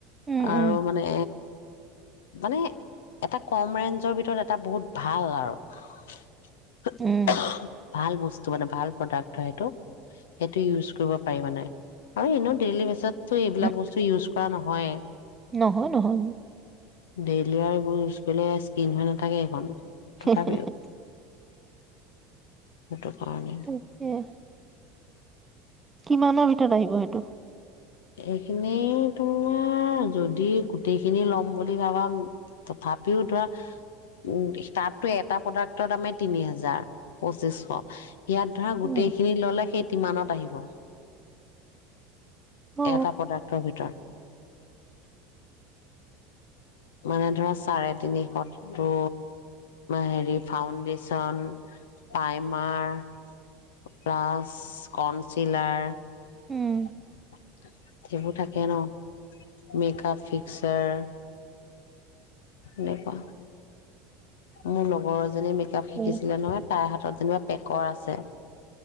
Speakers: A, on the right; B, on the left.
A: উম
B: আৰু
A: উম
B: মানে মানে এটা কম ৰেঞ্জৰ ভিতৰত এটা বহুত ভাল আৰু হো উখহং
A: উম
B: ভাল বস্তু মানে, ভাল প্ৰডাক্ট হয় সেইটো। সেইটো ইউজ কৰিব পাৰি মানে আৰু এনেও ডেইলি বেছত ত এইবিলাক
A: উম,
B: বস্তু ইউজ কৰা নহয়।
A: নহয় নহয়
B: ডেইলি আৰু এইবোৰ বলে স্কিন হৈ নাথাকে এইখন
A: হে
B: তথাপিও
A: হে হে
B: সেইটো কাৰণে
A: তাকে কিমানৰ ভিতৰত আহিব সেইটো?
B: এইখিনি তোমাৰ যদি গোটেইখিনি লম বুলি ভাবা তথাপিও ধৰা উম তাতো এটা প্ৰডাক্টৰ দামেই তিনি হাজাৰ, পঁচিছশ ইয়াত ধৰা গোটেই
A: উম
B: খিনি ল'লে সেই কিমানত আহিব?
A: অ
B: এটা প্ৰডাক্টৰ ভিতৰত মানে ধৰা চাৰে তিনিশ টো হেৰি ফাউণ্ডেচন, প্ৰাইমাৰ, প্লাছ কনচিলাৰ
A: উম
B: <inaudible> সেইবোৰ থাকে ন। মেকাপ ফিক্সচাৰ নে পা মোৰ লগৰ এ সেইজনীয়ে মেকআপ শিকিছিলে
A: উম,
B: নহয়। তাৰ হাতত যেনেবা পেকৰ আছে